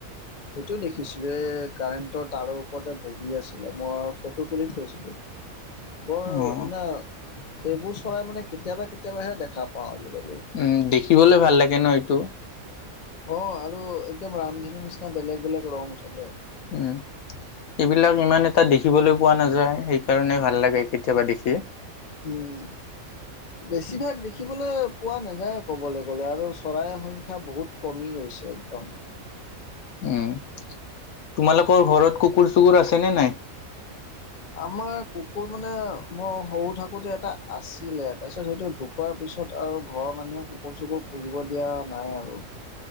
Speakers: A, on the left; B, on the left.
A: সেইটোৱে দেখিছিলোঁ, এ কাৰেণ্টৰ তাঁৰৰ ওপৰতে বহি আছিলে, মই ফটো তুলি থৈছিলোঁ। <inaudible> বৰ
B: অ'।
A: মানে, এইবোৰ চৰাই মানে কেতিয়াবা কেতিয়াবাহে দেখা পাওঁ আজিকালি।
B: উম, দেখিবলৈ ভাল লাগে ন এইটো?
A: অ', আৰু একদম ৰামধেনুৰ নিচিনা বেলেগ বেলেগ ৰং থাকে।
B: উম। এইবিলাক ইমান এটা দেখিবলৈ পোৱা নাযায়, সেইকাৰণে ভাল লাগে কেতিয়াবা দেখি।
A: উম। বেছিভাগ দেখিবলৈ পোৱা নাযায় ক'বলৈ গ'লে আৰু চৰাইৰ সংখ্যা বহুত কমি গৈছে একদম।
B: উম, তোমালোকৰ ঘৰত কুকুৰ-চুকুৰ আছে নে নাই?
A: আমাৰ কুকুৰ মানে মই সৰু থাকোঁতে এটা আছিলে, তাৰপিছত সেইটো ঢুক ধুকোৱাৰ পিছত আৰু ঘৰৰ মানুহে কুকুৰ-চুকুৰ পুহিব দিয়া নাই আৰু।